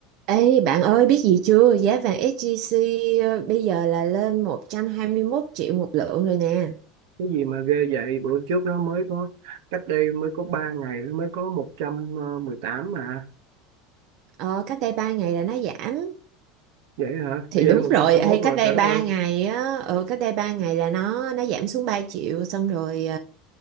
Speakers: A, on the right; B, on the right.
A: Ê bạn ơi biết gì chưa giá vàng SJC ờ, bây giờ là lên 121 triệu một lượng rồi nè
B: cái gì mà ghê vậy bữa trước nó mới có cách đây mới có 3 ngày nó mới có một trăm ờ, mười tám mà
A: ờ, cách đây 3 ngày là nó giảm
B: vậy hả
A: thì
B: bây
A: đúng
B: giờ nó một
A: rồi
B: trăm hai mươi
A: ê,
B: mốt
A: cách
B: rồi
A: đây
B: trời
A: 3
B: đất ơi
A: ngày á ừ, cách đây 3 ngày là nó nó giảm xuống 3 triệu xong rồi